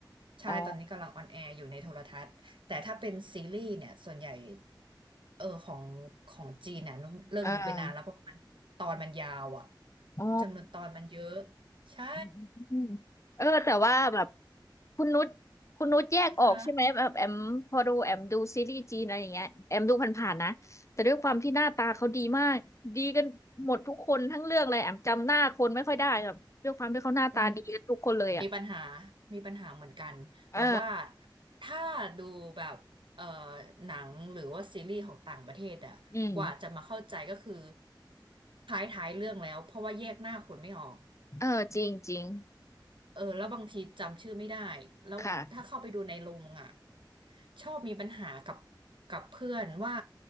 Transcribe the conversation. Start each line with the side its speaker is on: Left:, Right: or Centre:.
Right: ใช่ตอนนี้กำลังออนแอร์อยู่ในโทรทัศน์แต่ถ้าเป็นซีรีส์เนี่ยส่วนใหญ่
Left: อ๋อ
Right: เออของของจีนน่ะนุ้มเลิกดูไปนานแล้วเพราะมันตอนมันยาวอ่ะ
Left: อ่าอ๋อ
Right: จำนวนตอนมันเยอะใช่
Left: <laughs> อืมเออแต่ว่าแบบคุณนุชคุณนุชแยกออกใช่ไหมแบบแอมพอดูแอมดูซีรีส์จีนอะไรอย่างเงี้ยแอมดูผ่านๆนะแต่ด้วยความที่หน้าตาเขาดีมากดีกันหมดทุกคนทั้งเรื่องเลยแอมจำหน้าคนไม่ค่อยได้ครับด้วยความที่เขาหน้าตาดีกันทุกคนเลยอะ
Right: <laughs> ค่ะ อืมมีปัญหา มีปัญหาเหมือนกันแบบว่า
Left: เออ
Right: ถ้าดูแบบเอ่อหนังหรือว่าซีรีส์ของต่างประเทศอะกว่าจะมาเข้าใจก็คือ
Left: อืม
Right: ท้ายท้ายเรื่องแล้วเพราะว่าแยกหน้าคนไม่ออก
Left: เออจริงจริง
Right: เออแล้วบางทีจำชื่อไม่ได้แล้วถ้าเข้าไปดูในโรงอ่ะ
Left: ค่ะ
Right: ชอบมีปัญหากับกับเพื่อนว่า